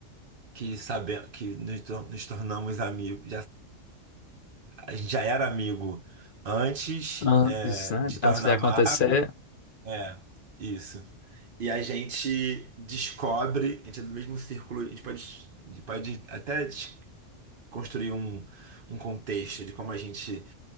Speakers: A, on the right (about 50°); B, on the left (about 50°).
A: que sabemos que nos, tor- nos tornamos amigos, a gente já era amigo antes,
B: Antes,
A: é,
B: né?
A: de tornar
B: Antes de acontecer,
A: mar. É, isso. E a gente descobre, a gente é do mesmo círculo, a gente pode, a gente pode até des- construir um, um contexto de como a gente